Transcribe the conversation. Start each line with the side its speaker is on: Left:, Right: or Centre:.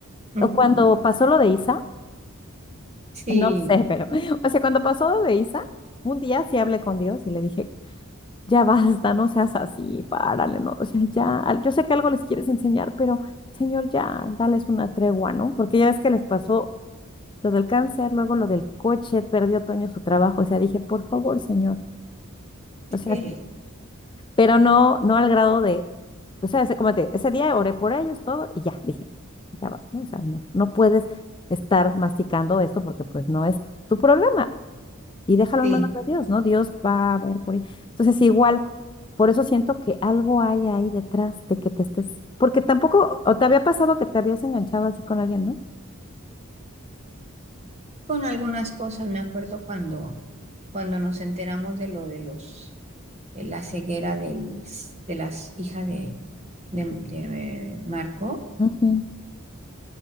Right: ujú,
Left: O cuando pasó lo de Isa.
Right: sí,
Left: No sé, pero, o sea, cuando pasó lo de Isa, un día sí hablé con Dios y le dije, ya basta, no seas así, párale, no, o sea, ya, al- yo sé que algo les quieres enseñar, pero Señor, ya, dales una tregua, ¿no? Porque ya ves que les pasó lo del cáncer, luego lo del coche, perdió Toño su trabajo, o sea, dije, por favor, Señor, o sea,
Right: sí,
Left: pero no, no al grado de, o sea, ese, como te- ese día oré por ellos, todo, y ya, dije, ya va, ¿no? O sea, no, no puedes estar masticando esto porque pues no es tu problema. y déjalo
Right: sí.
Left: en manos de Dios, ¿no? Dios va a ver por ahí. Entonces, igual, por eso siento que algo hay ahí detrás de que te estés, porque tampoco, o te había pasado que te habías enganchado así con alguien, ¿no?
Right: Con algunas cosas me acuerdo cuando, cuando nos enteramos de lo de los, de la ceguera del, de las hijas de, de, de Marco,
Left: Ujú,